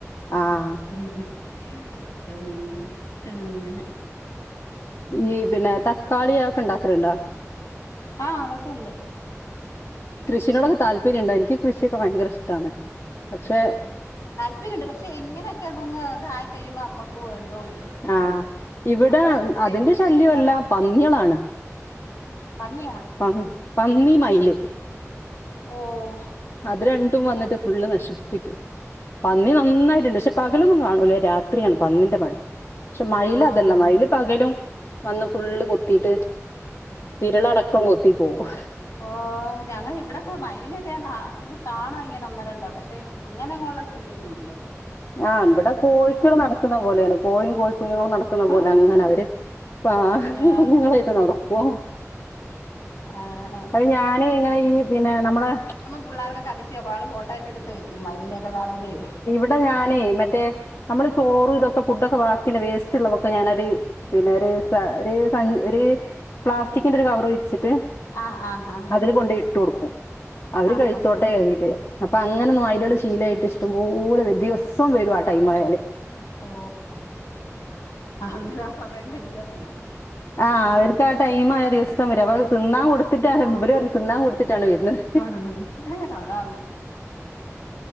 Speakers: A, on the left; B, on the left.
A: ആഹ്..
B: ഒര് എന്ത അങ്ങനെ.
A: ഈ പിന്നെ തക്കാളി ആതൊക്കെ ണ്ടാക്കല്ണ്ടോ?
B: ആഹ് അതൊക്കെ ഉണ്ട്.
A: കൃഷിനോടൊക്കെ താല്പര്യണ്ട്. ഇൻക്ക് കൃഷിക്കെ ഭയങ്കര ഇഷ്ട്ടാണ് പക്ഷെ
B: ല്പര്യണ്ട്. പഷെ ഇങ്ങനൊക്കെ നുങ് ഇതായി കഴിയുമ്പോ അമ്മക്കു എന്തോ ഒരു
A: ആഹ് ഇവിടെ
B: നമ്മള് ചെയ്തിട്ട്
A: അതിന്റെ ശല്യവല്ല,
B: കിട്ടാത്ത
A: പന്നികളാണ്.
B: പന്നിയാ.?
A: പ പന്നി മൈല്.
B: ഓഹ്.
A: അത് രണ്ടും വന്നിട്ട് ഫുള്ള് നശിപ്പിക്കും. പന്നി നന്നായിട്ട്ണ്ട്. പക്ഷെ പകലൊന്നും കാണൂലേ രാത്രിആണ് പന്നിന്റെ പണി. ക്ഷേ മൈല്
B: ആഹ്
A: അതല്ല മൈല് പകലും വന്ന് ഫുള്ള് കൊത്തിട്ട് വിരളടക്കം കൊത്തി പോവും
B: ഓ ഞങ്ങളിവിടെക്കെ മയിലിനൊക്കെ ഞാ കാ കാണാ ഇങ്ങനെ ഒന്നേരണ്ടോ പഷെ ഇങ്ങനെങ്ങോള്ള ശല്ല്യോന്നുല്ല.
A: ആഹ് ഇവടെ കോഴിക്കൾ നടക്കുന്ന പോലാണ് കോഴിയും കോഴി കുഞ്ഞുങ്ങളും നട ക്ക്ന്ന പോലങ്ങന
B: ആന്നല്ലിയോ
A: അവര് ആ
B: ആഹ്
A: കുഞ്ഞുങ്ങളായിട്ട് നടക്കും
B: ആഹ്
A: അത് ഞാന് ഇങ്ങനെ ഈ പിന്നെ നമ്മളെ
B: പുള്ളാർക്കൊക്കതിശയാ പാള് ഫോട്ടോക്കെ എടുത്ത് വെക്കും. മൈലിനെയൊക്കെ കാണുമ്പഴേ
A: ഇടെ ഞാനേ മറ്റേ നമ്മള് ചോറും ഇതൊക്കെ ഫുഡൊക്കെ വാക്കിള്ള വേസ്റ്റ്ള്ളതൊക്കെ ഞാനൊര് പിന്നെ ഒരു സ ഒരു സ ഒരു പ്ലാസ്റ്റിക്കിന്റെ ഒരു കവറ് വിരിച്ചിട്ട്
B: ആഹ് ആഹ് ആഹ്
A: അതില് കൊണ്ടയ് ഇട്ട് കൊടുക്കും. അവര്
B: ആഹ്
A: കഴിച്ചോട്ടെ
B: ആഹ് ആഹ്
A: കര്തിട്ട് അപ്പൊ അങ്ങനെ നായിലുകള് ശീലായിട്ട് ഇഷ്ടംപോലെ ദിവസം വരും ആ ടൈ ആയാല്
B: ഓ അഹന്താ ആ സമയം കഴിക്കാൻ വരൂം.
A: ആഹ് അവർക്ക് ആ ടൈം ആ ദിവസം വരും അവ തിന്നാൻ കൊടുത്തിട്ട് ആ ഇവര് തിന്നാൻ കൊടുത്തിട്ടാണ് വരുന്നത്
B: അവിടെന്ന ആതാണ്